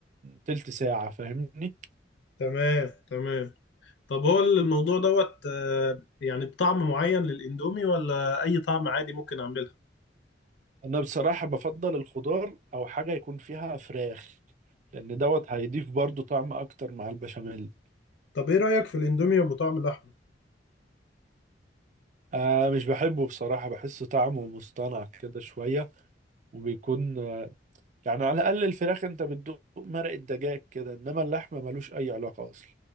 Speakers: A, on the right; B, on the left.
A: تلت ساعة فاهمني
B: تمام تمام طب هو الموضوع دوت آه، يعني بطعم معين للاندومي ولا اي طعم عادي ممكن اعمله
A: أنا بصراحة بفضل الخضار أو حاجة يكون فيها فراخ لأن دوت هيضيف برضو طعم أكتر مع البشاميل
B: طب ايه رأيك في الاندومي ابو طعم اللحمة
A: آه مش بحبه بصراحة بحس طعمه مصطنع كده شوية وبيكون آه، يعني على الأقل الفراخ أنت بتدوق مرق الدجاج كده إنما اللحمة ملوش أي علاقة أصلا